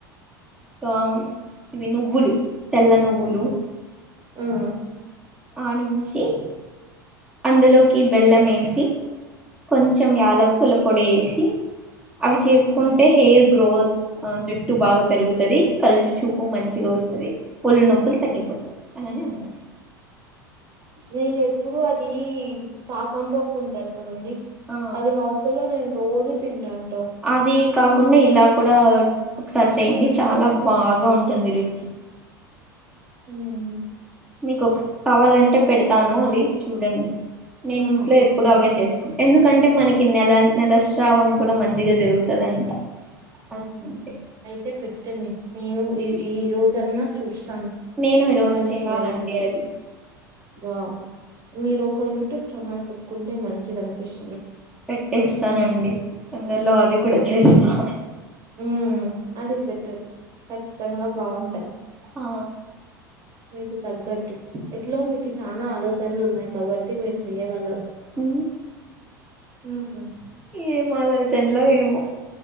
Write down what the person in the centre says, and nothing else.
ఇకా ఇవి నువ్వులు తెల్ల నువ్వులు
ఆడించి అందులోకి బెల్లం వేసి కొంచెం యాలక్కుల పొడి వేసి అవి చేసుకుంటే హెయిర్ గ్రోత్ జుట్టు బాగా పెరుగుతుది కళ్ళు చూపు మంచిగా వస్తుంది ఒళ్ళు నొప్పులు తగ్గిపోతాయి. అని అంది.
ఆ
అది కాకుండా ఇలా కుడా ఒకసారి చెయ్యండి చాలా బాగా ఉంటుంది రుచి
మీకు ఒక్ కావాలంటే పెడతాను అది చూడండి నేను
ఇంట్లో
ఎప్పుడు అవే చేసుకుం ఎందుకంటే మనకి నెల నెలస్రావం కూడా మంచిగా జరుగుతదంట అదింటే
నేను ఈరోజు
చేయాలండి
అది
పెట్టేస్తానండి తొందర్లో అది కూడా చేస్తా
ఆ
ఊ
ఏం ఆలోచన్ ల్లో ఏమో